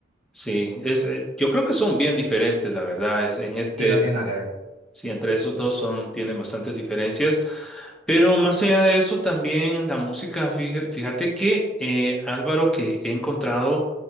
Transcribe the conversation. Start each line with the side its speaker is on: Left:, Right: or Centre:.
Centre: Sí, es, es- yo creo que son bien diferentes, la verdad. Es, en este,
Right: Y no tiene nada que ver.
Centre: Sí, entre esos dos son, tienen bastantes diferencias. Pero más allá de eso, también la música, fija- fíjate que eh, Álvaro, que he encontrado